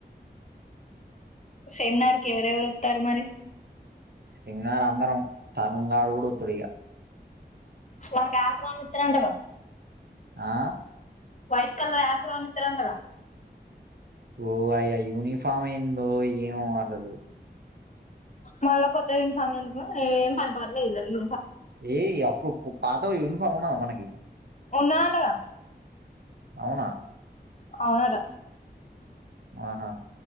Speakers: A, on the left; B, on the right.
A: సెమినార్ కి ఎవరెవరు వస్తారు మరి
B: సెమినార్ అందరం తరుణ్ గాడు కూడా ఒత్తుడిగా
A: మనకు ఆప్రాన్ లు ఇస్తర అంట బా
B: ఆ
A: వైట్ కలర్ ఆఫ్రాన్ ఇతర అంటార
B: ఓ అయ్యా యూనిఫామ్ ఏందో ఏమో అసలు
A: మళ్ళ కొత్త విన సమ ఎందుకు ఏం పనిపర్లేదు ఇ
B: ఏ అప్పుడు పాత యూనిఫార్ ఉన్నదా మనకి
A: ఉన్నదంటగా
B: అవునా
A: అవునర
B: ఆహా